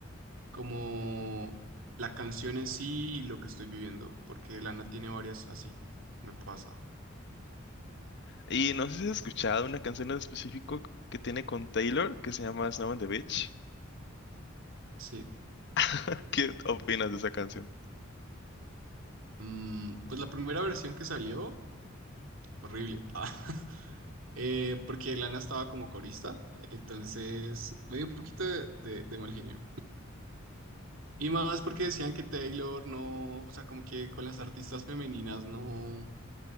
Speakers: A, on the right; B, on the left.
A: como la canción en sí y lo que estoy viviendo, porque Lana tiene varias así, me pasa,
B: Y no sé si has escuchado una canción en específico que tiene con Taylor que se llama Snow on the Beach.
A: sí.
B: <laughs> ¿Qué opinas de esa canción?
A: Mm, pues la primera versión que salió, horrible. <laughs> Eh, porque Lana estaba como corista, entonces me dio un poquito de, de- de mal genio. Y más porque decían que Taylor no, o sea, como que con las artistas femeninas no,